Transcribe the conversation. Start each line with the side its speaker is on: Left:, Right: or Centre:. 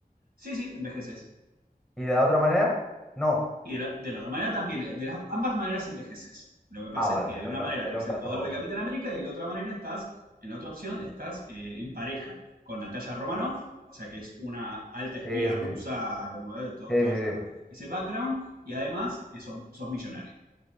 Right: Sí, sí, envejeces.
Centre: ¿Y de la otra manera? No.
Right: Y de la, de la otra manera también, de las, ambas maneras envejeces. Lo que pasa
Centre: Ah, vale,
Right: es que
Centre: o sea,
Right: de
Centre: era
Right: una
Centre: un dato.
Right: manera
Centre: era
Right: tenés
Centre: un
Right: el
Centre: dato-
Right: poder de Capitán América y de la otra manera estás, en la otra opción, estás eh, en pareja con Natalia Romanoff,
Centre: bueno,
Right: o sea que es una alta espía
Centre: sí, sí,
Right: rusa,
Centre: sí,
Right: como de todo,
Centre: sí,
Right: todo
Centre: sí,
Right: esa,
Centre: sí.
Right: ese background, y además eh, sos, sos millonario.